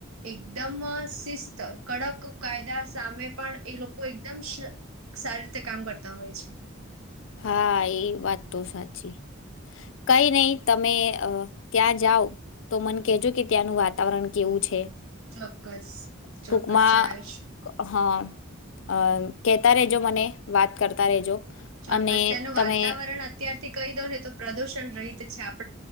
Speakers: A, on the right (about 80°); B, on the left (about 60°).
A: એકદમ શિસ્ત કડક કાયદા સામે પણ એ લોકો એકદમ સારી રીતે કામ કરતા હોય છે.
B: હા એ વાત તો સાચી કઈ નહી તમે ત્યાં જાઓ તો મને કહેજો કે ત્યાંનું વાતાવરણ કેવું છે.
A: ચોક્કસ
B: ટૂંકમાં
A: ચોક્કસ જણાવીશ
B: હા અ કેતા રેજો મને. વાત કરતા રેજો.
A: ચોક્કસ
B: અને
A: તેનું
B: તમે
A: વાતાવરણ અત્યારથી કહી દોને તો પ્રદુષણ રહિત છે આપ